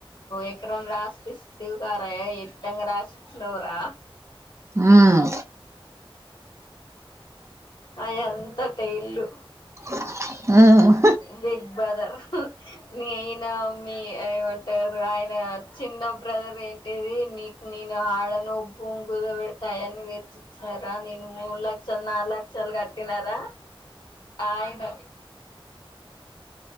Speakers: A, on the left; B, on the right.
A: ఎకరం రాసిపిస్తివి కారా ఎట్టంగా రాసిచ్చిన్నవ్ రా
B: ఊ మ్
A: ఆ ఎంతట ఇల్లు
B: హు
A: బిగ్ బదర్ నేనా మీ ఏమంటార్ ఆయనా చిన్న బ్రదర్ ఏంటిది నీక్ నేను ఆడను భూమి కుదపెటీ ఆయన్ని తెచ్చి ఇచ్చినారా నేను మూడు లక్షలు నాలుగు లక్షలు కట్టినారా ఆయన